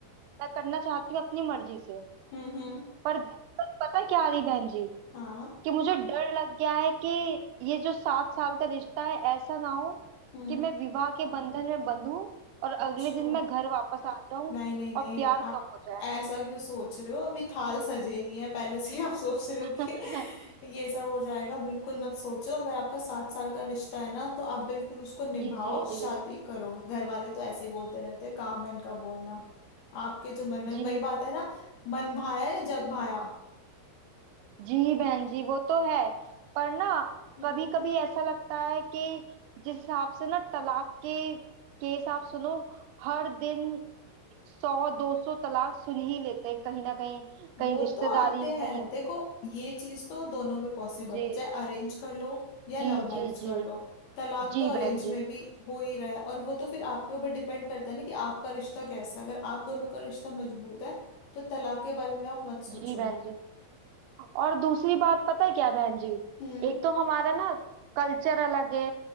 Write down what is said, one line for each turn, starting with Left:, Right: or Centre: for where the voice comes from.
Right: मैं करना चाहती हूँ अपनी मर्जी से
Left: हम्म हम्म
Right: पर दिक्कत पता क्या आ रही बहन जी
Left: हाँ
Right: कि मुझे डर लग गया है कि ये जो सात साल का रिश्ता है ऐसा ना हो
Left: हम्म
Right: कि मैं विवाह के बंधन में बंधूं और
Left: अच्छा
Right: अगले दिन मैं घर वापस आ जाऊं
Left: नहीं नहीं नहीं
Right: और प्यार
Left: आप
Right: कम हो जाए
Left: ऐसा क्यों सोच रहे हो अभी थाल सजे नहीं है पहले से आप सोच रहे
Right: <laughs>
Left: हो कि ये सब हो जाएगा बिल्कुल मत सोचो अगर आपका सात साल का रिश्ता है ना तो आप बिल्कुल उसको निभाओ
Right: जी जी
Left: शादी
Right: जी
Left: करो घर वाले तो ऐसे ही बोलते रहते हैं काम है इनका बोलना आपके जो मन में
Right: जी
Left: वही बात है ना मन भाया है जग भाया
Right: जी बहन जी वो तो है पर ना
Left: हम्म
Right: कभी कभी ऐसा लगता है कि जिस हिसाब से ना तलाक के केस आप सुनो हर दिन सौ दो सौ तलाक सुन ही लेते हैं कहीं ना कहीं कहीं
Left: वो
Right: रिश्तेदारी
Left: तो आते
Right: में
Left: हैं
Right: कहीं कुछ
Left: देखो ये चीज तो दोनों में पॉसिबल
Right: जी
Left: है चाहे अरेंज कर लो या
Right: जी
Left: लव मैरिज
Right: जी
Left: कर
Right: जी
Left: लो तलाक
Right: जी
Left: तो अरेंज
Right: बहन जी
Left: में भी हो ही रहा है और वो तो फिर आपके ऊपर डिपेंड करता है ना कि आपका रिश्ता कैसा है अगर आप दोनों का रिश्ता मजबूत है तो तलाक के बारे में आप मत सोचो
Right: जी बहन जी और दूसरी बात पता है क्या बहन जी
Left: हम्म
Right: एक तो हमारा ना कल्चर अलग है